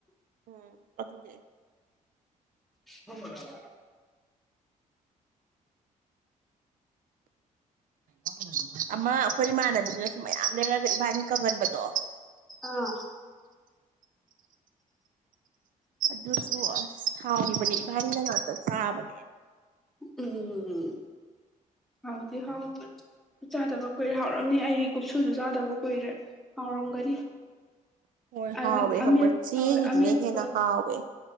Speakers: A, on the right; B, in the centre.
A: ꯎꯝ ꯑꯗꯨꯅꯦ
B: ꯐꯝꯃꯔꫭꯏ ꯍꯥꯏꯕ
A: <unintelligible> ꯑꯃ ꯑꯩꯈꯣꯏ ꯏꯃꯥꯟꯅꯕꯤꯗꯨꯅꯁꯨꯨꯝ ꯃꯌꯥꯝ ꯂꯩꯔꯒ ꯏꯕꯥꯅꯤ ꯀꯪꯍꯟꯕꯗꯣ
B: ꯑꯥ
A: ꯑꯗꯨꯁꯨ ꯑꯁ ꯁꯥꯎꯈꯤꯕꯅꯦ ꯏꯕꯥꯅꯤꯅ ꯉꯥꯛꯇ ꯆꯥꯕꯅꯦ
B: ꯎꯝ ꯍꯥꯎꯗꯤ ꯍꯥꯎꯕꯅꯦ ꯆꯥꯗꯕ ꯀꯨꯏꯔꯦ ꯍꯥꯎꯔꯝꯅꯤ ꯑꯩ ꯀꯨꯞꯁꯨꯁꯨ ꯆꯥꯗꯕ ꯀꯨꯏꯔꯦ ꯍꯥꯎꯔꯝꯒꯅꯤ
A: ꯍꯣꯏ ꯍꯥꯎꯋꯦ
B: ꯑꯗ
A: ꯈꯪꯕ꯭ꯔꯥ
B: ꯑꯃꯦꯠ
A: ꯆꯦꯡꯒꯤꯗꯨꯅ
B: ꯑꯥ ꯑꯃꯦꯠꯄ
A: ꯍꯦꯟꯅ ꯍꯥꯎꯋꯦ